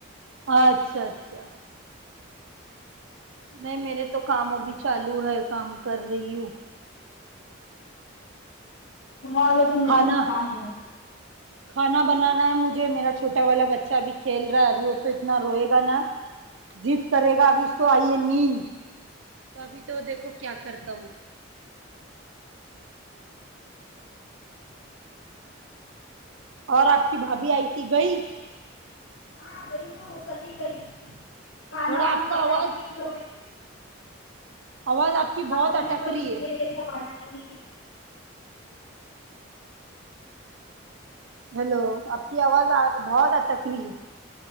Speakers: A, on the right (about 70°); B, on the left (about 70°).
A: اچھا اچھا نہیں میرے تو کام ابھی چالو ہے کام کر رہی ہوں
B: تمہارا ج جسے
A: کھانا
B: بھی کام ہو
A: کھانا بنانا ہے مجھے میرا چھوٹا والا بچہ ابھی کھیل رہا ہے ابھی وہ تو اتنا روئے گا نا جیت کرے گا اب اس کو آئیے نیند تو ابھی تو دیکھو کیا کرتا وہ اور آپ کی بھابھی آئی تھی گئی
B: <unintelligible> <unintelligible> کھانا
A: تھوڑا آپ کا
B: <unintelligible> تو
A: آواز آواز آپ کی بہت
B: میں
A: اٹک
B: نے بولی
A: رہی
B: یہ
A: ہے
B: جیسا پالا نہیں
A: ہیلو آپ کی آواز بہت ا ٹک رہی ہے